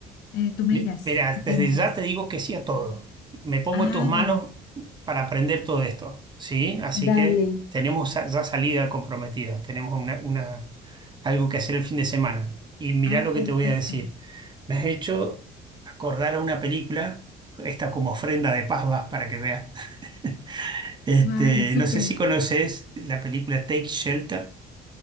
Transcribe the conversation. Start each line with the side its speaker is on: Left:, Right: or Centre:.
Left: Eh, tú me
Right: Mi-
Left: dirás,
Right: Mira,
Left: ¿qué te
Right: desde
Left: interesa?
Right: ya te digo que sí a todo. Me pongo
Left: Ah,
Right: en tus manos
Left: bueno.
Right: para aprender todo esto, ¿sí? Así
Left: Dale.
Right: que tenemos sa- ya salida comprometida, tenemos una, una- algo que hacer el fin de semana. Y mirá
Left: Ah,
Right: lo
Left: perfecto.
Right: que te voy a decir. Me has hecho acordar a una película, esta como ofrenda de paz vas para que veas. <laughs> Este,
Left: Ay, súper.
Right: no sé si conoces la película Take Shelter,